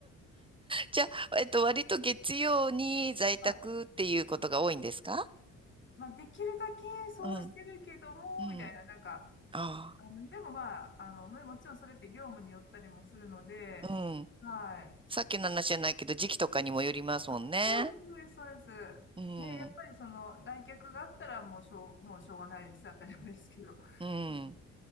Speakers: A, on the right (about 15°); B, on the left (about 40°).
A: じゃあ、えっと、割と月曜に在宅っていうことが多いんですか
B: い。まあ、できるだけそうしてるけども、
A: うん。うん。
B: みたいな、なんか、
A: あ
B: あの、でもまあ、あの、ももちろんそれって業務によったりもするので、
A: あ。うん。
B: はい。
A: さっきの話じゃないけど、時期とかにもよりますもんね。
B: あ、そうです、そうです、そうです。
A: うん。
B: ね、やっぱりその来客があったらもうしょう、もうしょうがないです。当たり前ですけど。<laughs>
A: うん。
B: うん